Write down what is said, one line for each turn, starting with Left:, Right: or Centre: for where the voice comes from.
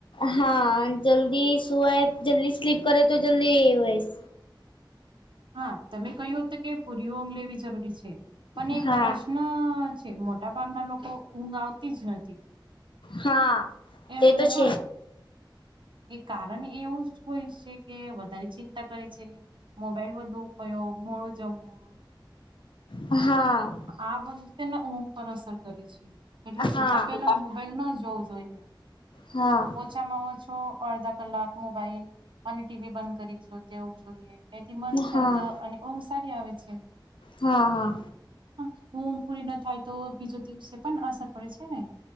Left: હા જલ્દી સુવાય, જલ્દી સ્લીપ કરે તો જલ્દી એવ
Right: હા તમે કહ્યું હતું કે પુરીઓ ઊંઘ લેવી જરૂરી છે, પણ
Left: હા
Right: એક પ્રશ્ન ન છે મોટા ભાગના લોકો ઊંઘ આવતી જ નથી.
Left: હા.
Right: એમને
Left: તે તો
Right: હા.
Left: છે
Right: એ કારણ એવું જ હોય છે કે વધારે ચિંતા કરે છે. મોબાઈલ બધું ઉપયોગ, મોડું જમવું.
Left: હા.
Right: આ વધતેને ઊંઘ પર અસર કરી છે. એટલે
Left: હા
Right: સુતા પેલા
Left: હા
Right: મોબાઈલ ન જોવું જોઈએ.
Left: હા.
Right: ઓછામાં ઓછો અડધા કલાક મોબાઈલ અને ટી વી બંધ કરી દયો તેવું જોઈએ. એથી મન
Left: હા
Right: શાંત અને ઓમ સારી આવે છે.
Left: હા, હા.
Right: હા ઊંઘ પૂરી ના થાય તો બીજો દિવસે પણ અસર પડે છે ને.